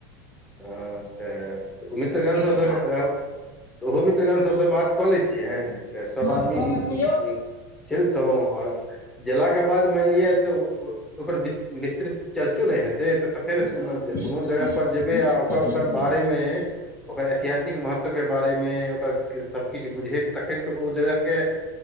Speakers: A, in the centre; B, on the left.
A: हँ त मित्रगन
B: की
A: सबसे
B: विचार
A: कराउ। ओहो मित्रगण सभसे बात क लै छियैनि त सभ
B: हँ
A: आदमी
B: कहियौ
A: उं उं उं चलितहुं आर गेलाके बाद मानि लिअ त ओ ओकर विस विस्तृत चर्चो ने हेतै त तखनि
B: हँ
A: सुमद्य
B: निश्चित
A: कोनो जगह
B: निश्चित
A: पर जेबै
B: निश्चित
A: आ ओकर ओकर
B: हेतै
A: बारेमे ओकर ऐतिहासिक महत्वके बारेमे ओकर सब किछु बुझैत तखन त ओ जगहके